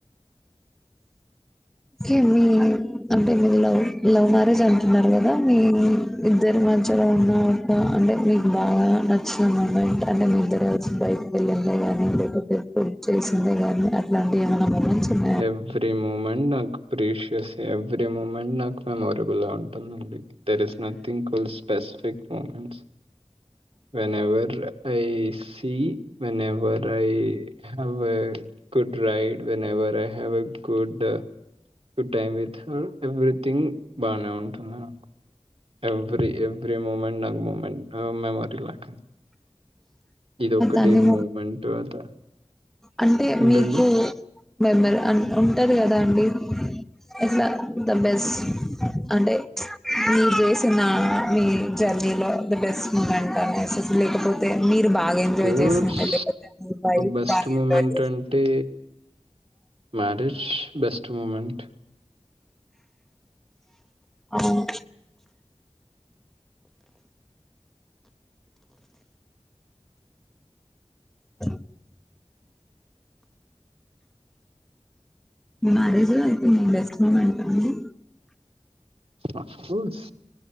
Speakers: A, in the centre; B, on the right (about 60°).
A: okay మీ అంటే మీరు లవ్ లవ్ మ్యారేజ్ అంటున్నారు కదా, మీ ఇద్దరి మధ్యలో ఉన్న ఒక అంటే మీకు బాగా నచ్చినట్ అంటే మీ ఇద్దరు బయట వెళ్ళిందే గాని లేకపోతే ఫుడ్ చేసిందే గాని అట్లాంటి ఏమనా మని చె <unintelligible>
B: ఎవ్రీ మూమెంట్ నాకు అప్రీషియస్ ఎవ్రీ మూమెంట్ నాకు మెమొరీబుల్ గ ఉంటుందండి there is nothing calls specific moments whenever I see whenever I have a good ride whenever I have a good good time with everything బాగనే ఉంటుంది నాకు. ఎవ్రీ ఎవ్ ఫ్రీ మూమెంట్ నాక్ మూమెంట్ ఆ మెమోరీలాక్ ఇదొక్కటి
A: ఆ తన్ని
B: మూమెంట్ అద
A: అంటే
B: ఏంటండి
A: మీకు మెంబర్ అన్ ఉంటది గదా అండి ఇట్లా ద బెస్ట్ అంటే మీరు జేసిన మీ జర్నీలో ద బెస్ట్ మూమెంట్ అనేసి లేకపోతే మీ బాగా
B: స్కోర్స్
A: ఎంజాయ్ చేసింది లేకపోతే వైఫ్
B: బెస్ట్
A: బాగా
B: మూమెంట్ మూమెంట్
A: ఎంజాయ్ చేసింది
B: అంటే మ్యారేజ్ బెస్ట్ మూమెంట్
A: అవును ఆ మీ మ్యారేజ్ లో అయితే మీ బెస్ట్ మూమెంటా అండి.
B: Of course